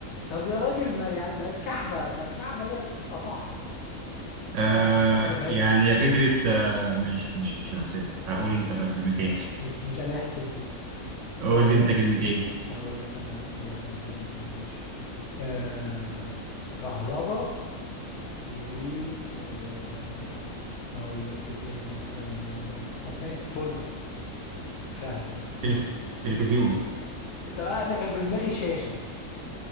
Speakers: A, on the left (about 65°); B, on the right (about 70°).
A: طب يا راجل ما يعني ما الكعبة ما الكعبة هي الأصح
B: آه
A: لا ما ما تحسبهاش
B: يعني
A: دي
B: يا فكره آه ماشي ماشي مش هنحسبها
A: لا
B: تعال قول انت بقى كلمتين
A: لا لا، مش مش هنحسب دي
B: <laughs> قول
A: هقول
B: لي انت
A: لك
B: كلمتين
A: هقول لك انا هقول لك انا كلمتين ماشي آه كهرباء و آه اقول لك ايه تاني مثلا من غير ما ابين هبان فرجة مشاهدة يعني
B: تلف... تلفزيون
A: طب انا كان في دماغي شاشة